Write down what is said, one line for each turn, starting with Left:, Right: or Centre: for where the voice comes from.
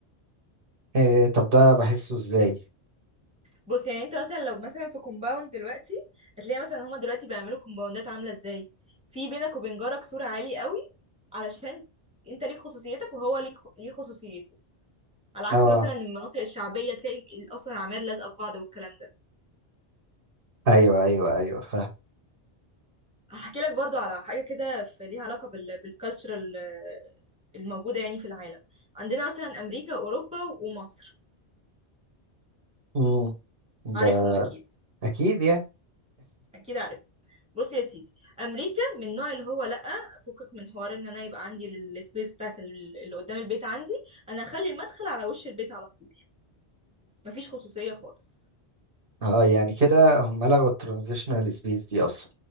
Right: إيه طب ده بحسه إزاي؟
Centre: بص يعني انت مثلا لو مثلا في كومباوند دلوقتي هتلاقي مثلا هما دلوقتي بيعملوا كومباوندات عامله ازاي في بينك وبين جارك سور عالي قوي علشان انت ليك خصوصيتك وهو ليك ليه خصوصيته على عكس
Right: اه
Centre: مثلا المناطق الشعبيه تلاقي اصلا العماير لازقه في بعض والكلام ده
Right: أيوه أيوه أيوه فاهم
Centre: هحكي لك برضو على حاجه كده في ليها علاقه بال... بالكالتشرال الموجوده يعني في العالم عندنا مثلا امريكا واوروبا ومصر
Right: مم.
Centre: عارفهم
Right: ده
Centre: اكيد
Right: أكيد يعني
Centre: اكيد عارف بص يا سيدي امريكا من النوع اللي هو لا فكك من حوار ان انا يبقى عندي السبيس بتاعت ال- اللي قدام البيت عندي انا هخلي المدخل على وش البيت على طول مفيش خصوصية خالص
Right: اه يعني كده هم لغوا الترانزيشنال سبيس دي أصلا